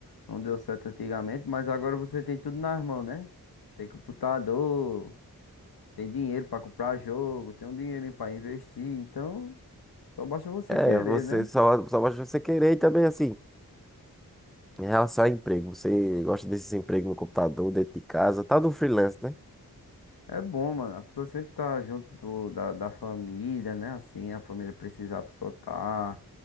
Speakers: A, on the left; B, in the centre.
A: Não deu certo antigamente, mas agora você tem tudo nas mãos, né? Tem computador, tem dinheiro pra comprar jogo, tem um dinheirinho pra investir, então só basta você
B: É,
A: querer,
B: você
A: né?
B: só, só basta você querer e também assim. Em relação a emprego, você gosta desses empregos no computador, dentro de casa, tá do freelance, né?
A: É bom, mano. A pessoa sempre tá junto do- da, da família, né? Assim, a família precisa, a pessoa tá.